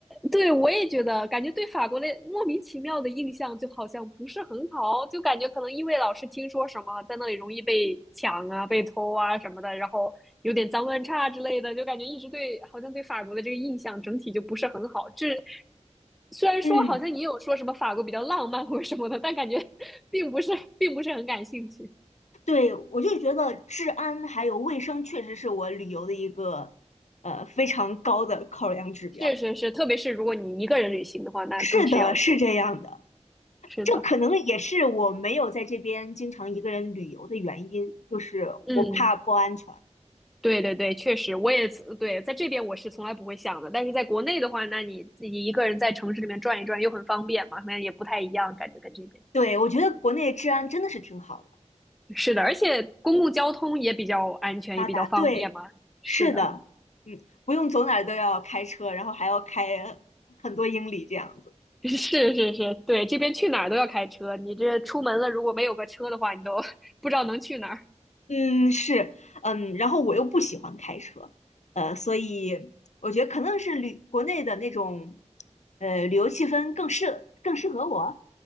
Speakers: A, in the centre; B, on the left (about 70°).
A: 对我也觉得，感觉对法国的莫名其妙的印象就好像不是很好，就感觉可能因为老是听说什么在那里容易被抢啊、被偷啊什么的，然后有点脏乱差之类的，就感觉一直对好像对法国的这个印象整体就不是很好。这虽然说好像你有说什么法国比较浪漫或者什么的，
B: 嗯，
A: 但感觉 <laughs> 并不是并不是很感兴趣。
B: 对，我就觉得治安还有卫生确实是我旅游的一个呃非常高的考量指标。
A: 是是是，特别是如果你一个人旅行的话，那更是要注意。
B: 是的，是这样的。
A: 是的，
B: 这可能也是我没有在这边经常一个人旅游的原因，就是我怕不安全。
A: 嗯。对对对，确实，我也对，在这边我是从来不会想的，但是在国内的话，那你自己一个人在城市里面转一转又很方便嘛，那也不太一样，感觉跟这边
B: 对，我觉得国内治安真的是挺好的，
A: 是的，而且公共交通也比较安全，
B: 发达。
A: 也比较方便嘛，
B: 对，
A: 是的，
B: 是的，嗯，不用走哪儿都要开车，然后还要开很多英里这样子。
A: <laughs> 是是是，对，这边去哪儿都要开车，你这出门了如果没有个车的话，你都 <laughs> 不知道能去哪儿，
B: 嗯，是，嗯，然后我又不喜欢开车，呃，所以我觉得可能是旅国内的那种，呃，旅游气氛更适更适合我，